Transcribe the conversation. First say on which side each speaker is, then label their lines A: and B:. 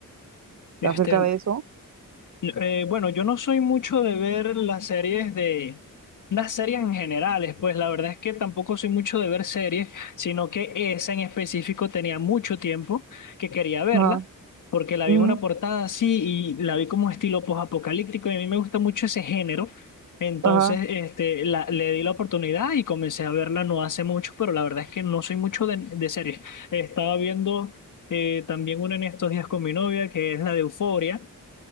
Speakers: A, on the right (about 55°); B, on the left (about 60°).
A: acerca
B: Este,
A: de eso.
B: Eh, bueno, yo no soy mucho de ver las series de... Las series en generales, pues la verdad es que tampoco soy mucho de ver series, sino que esa en específico tenía mucho tiempo que quería verla,
A: Ajá,
B: porque la
A: ujú,
B: vi en una portada así y la vi como estilo post-apocalíptico y a mí me gusta mucho ese género. Entonces,
A: ajá,
B: este, la, le di la oportunidad y comencé a verla no hace mucho, pero la verdad es que no soy mucho de, de series. Estaba viendo eh, también una en estos días con mi novia, que es la de Euforia